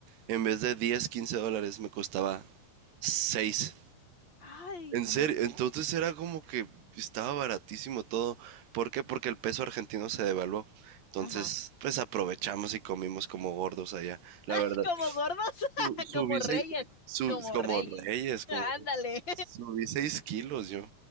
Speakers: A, on the right (about 75°); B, on the left (about 30°).
A: en vez de 10 15 dólares, me costaba 6.
B: Ay,
A: En serio,
B: mira.
A: entonces era como que estaba baratísimo todo. ¿Por qué? Porque el peso argentino se devaluó. Entonces,
B: Ajá.
A: pues aprovechamos y comimos como gordos allá. La
B: <laughs>
A: verdad,
B: Como gordos, <laughs>
A: Su- subí
B: como reyes,
A: seis, su-
B: como
A: como
B: reyes.
A: reyes, como
B: Ándale.
A: subí seis kilos yo.